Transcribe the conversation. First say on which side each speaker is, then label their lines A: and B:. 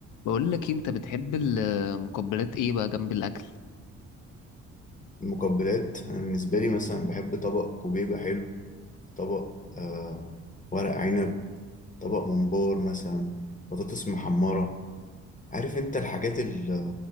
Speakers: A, on the left; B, on the left.
A: بقول لك إيه، انت بتحب المقبلات ايه بقى جنب الاكل
B: المقبلات أنا بالنسبة لي مثلا بحب طبق كوبيبة حلو طبق آه ورق عنب طبق ممبار مثلا بطاطس محمرة عارف انت الحاجات ال-